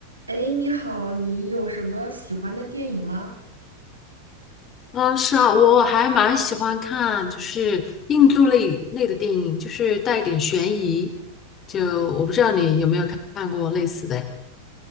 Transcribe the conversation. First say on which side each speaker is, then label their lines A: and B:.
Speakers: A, on the right; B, on the left.
A: 哎，你好，你有什么喜欢的电影吗？
B: 啊，是啊，我还蛮喜欢看，就是印度类类的电影，就是带一点悬疑。就我不知道你有没有看看过类似的诶